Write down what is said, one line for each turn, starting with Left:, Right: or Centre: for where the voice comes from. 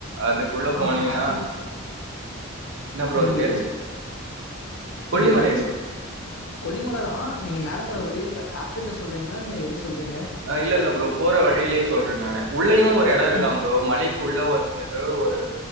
Right: அதுக் உள்ள போனீங்கனா
Left: ஆமா, ஹேர் பின்
Right: இன்ன ப்ரோ
Left: நீங்க
Right: அது பேரு
Left: எது சொ
Right: கொல்லிமலை
Left: நீங்க எதுஸ்
Right: ப்ரோ
Left: கொல்லிமல தா நீங்க மேலே போர வழிலக்க ஹாப்பண்டு சொல்றீங்ளா இல்ல எத சொல்றீங்க
Right: அ இல்ல இல்ல ப்ரோ போற வழிலயே சொல்றே நானு உள்ளேயு ஒரு எடோ இருக்கா
Left: ம்.
Right: ப்ரோ மலைக்குள்ள வந்துட்டு ஒரு